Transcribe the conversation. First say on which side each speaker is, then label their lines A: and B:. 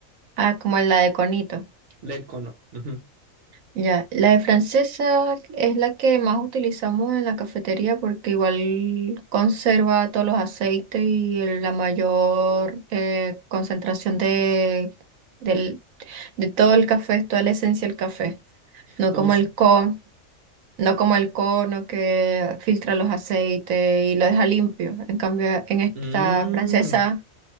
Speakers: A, on the right; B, on the right.
A: Ah, como la de Conito.
B: del cono. Ujú.
A: Ya, la de francesa es la que más utilizamos en la cafetería porque igual conserva todos los aceites y el- la mayor eh, concentración de, del, de todo el café, toda la esencia del café. No
B: Como...
A: como
B: s-
A: el con, no como el cono que filtra los aceites y lo deja limpio. En cambio, en esta
B: Mm.
A: francesa